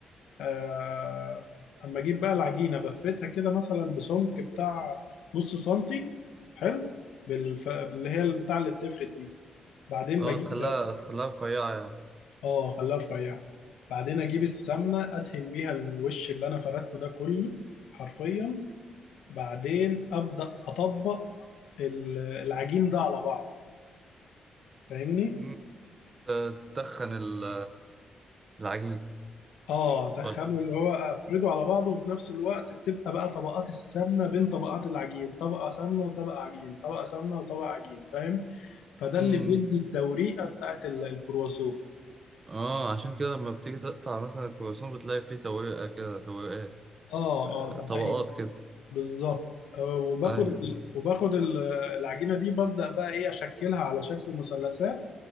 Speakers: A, on the left; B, on the right.
A: آه، أما أجيب بقى العجينة بفردها كده مثلا بسمك بتاع نص سنتي حلو بالف... اللي هي البتاع اللي بتفرد دي بعدين
B: اه
A: بجيب
B: تخليها تخليها رفيعة يعني
A: اه خليها رفيعة بعدين اجيب السمنة ادهن بيها الوش اللي انا فردته ده كله حرفيا بعدين ابدا اطبق ال- العجين ده على بعض فاهمني
B: مم. ت- تتخن ال- العجين
A: اه تخنه
B: وال-
A: اللي هو افرده على بعضه وفي نفس الوقت بتبقى بقى طبقات السمنة بين طبقات العجين طبقة سمنة وطبقة عجين طبقة سمنة وطبقة عجين فاهم فده
B: مم.
A: اللي بيدي التوريقة بتاعت ال- الكرواسون
B: اه عشان كده لما بتيجي تقطع مثلا الكرواسون بتلاقي فيه تويقة كده تويقات
A: اه
B: آه،
A: اه ده
B: طبقات
A: حقيقي
B: كده
A: بالظبط آه، وباخد
B: أيوة
A: وباخد ال- العجينه دي ببدا بقى ايه اشكلها على شكل مثلثات